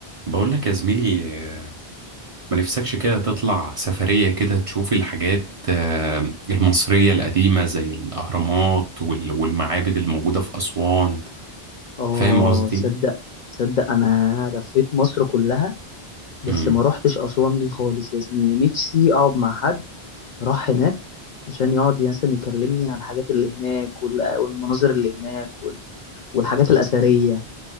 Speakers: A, on the right; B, on the left.
A: بقول لك يا زميلي آه، ما نفسكش كده تطلع سفرية كده تشوف الحاجات آه، المصرية القديمة زي الأهرامات وال- والمعابد الموجودة في أسوان
B: اه
A: فاهم قصدي؟
B: تصدق تصدق انا لفيت مصر كلها بس
A: مم.
B: ما روحتش اسوان دي خالص يا زميلي نفسي اقعد مع حد راح هناك عشان يقعد مثلا يكلمني عن الحاجات اللي هناك وال- والمناظر اللي هناك وال- والحاجات الاثريه